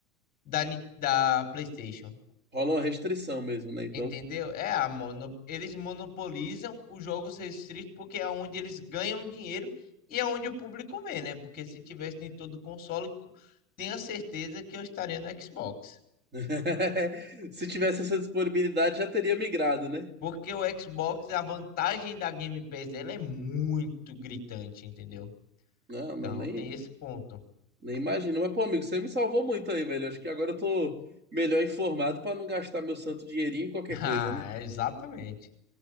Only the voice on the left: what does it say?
da, Ni- da PlayStation.
Entendeu? É a mono... eles monopolizam os jogos restritos porque é onde eles ganham dinheiro e é onde o público vê, né? Porque se tivesse em todo console, co- tenha certeza que eu estaria no Xbox.
Porque o Xbox, a vantagem da Game Pass dela é muito gritante, entendeu?
Então
tem esse ponto. <laughs>
Ah,
é exatamente.